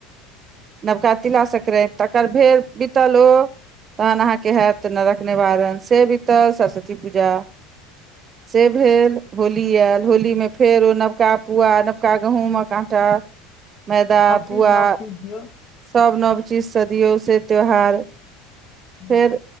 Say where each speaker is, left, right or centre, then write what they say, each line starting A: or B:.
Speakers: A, on the right (about 30°); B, on the left (about 35°).
A: नवका तिला संक्राति तकर भेर
B: हँ
A: बितल ओ तहन अहाँके हैत नरक निवारण से बीतल सरस्वती पूजा से भेल होली आयल होलीमे फेर ओ नवका पुआ नवका गहूँमक आटा मैदा
B: सब
A: पूआ
B: चीज नव चीज दियौ
A: नव नव चीज सँ दियौ से त्यौहार
B: हँ
A: फेर